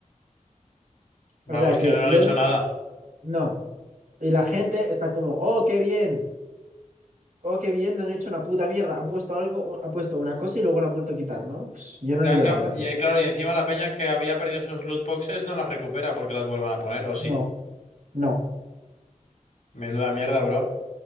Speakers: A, on the left (about 70°); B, on the right (about 85°).
A: Vamos,
B: O sea que
A: que no han
B: lo
A: hecho
B: uni-
A: nada.
B: no. Y la gente está como, oh, qué bien, oh, qué bien, no han hecho una puta mierda. Han puesto algo, u- han puesto una cosa y luego la han vuelto a quitar, ¿no? Pues yo no
A: Le
B: le
A: han
B: veo
A: ca-
B: la gracia.
A: Y eh, claro, y encima la peña que había perdido sus loot boxes no las recupera porque las vuelvan a poner, o sí.
B: No, no.
A: Menuda mierda, bro.